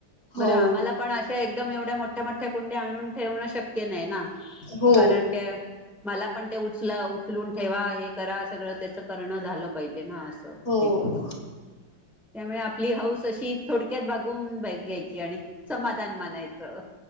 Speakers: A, on the left; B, in the centre.
A: हो.
B: बरं आम्हाला पण अशा एकदम एवढ्या मोठ्या मोठ्या कुंड्या आणून ठेवणं शक्य नाही ना
A: हो
B: कारण त्या मला पण ते उचल उचलून ठेवा हे करा सगळं त्याचं करणं झालं पाहिजे ना असं
A: हो
B: हे करून त्यामुळे आपली हौस अशी थोडक्यात बागून घ्यायची आणि समाधान मानायचं